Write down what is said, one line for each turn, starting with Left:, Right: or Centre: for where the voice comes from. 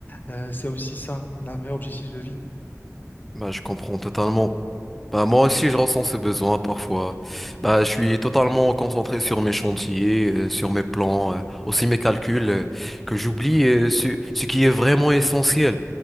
Left: Euh, c'est aussi ça, un vrai objectif de vie.
Centre: Bah, je comprends totalement Bah, moi aussi, je ressens ce besoin parfois. Bah, je suis totalement concentré sur mes chantiers, euh, sur mes plans, euh, aussi mes calculs, euh, que j'oublie euh, ce, ce qui est vraiment essentiel.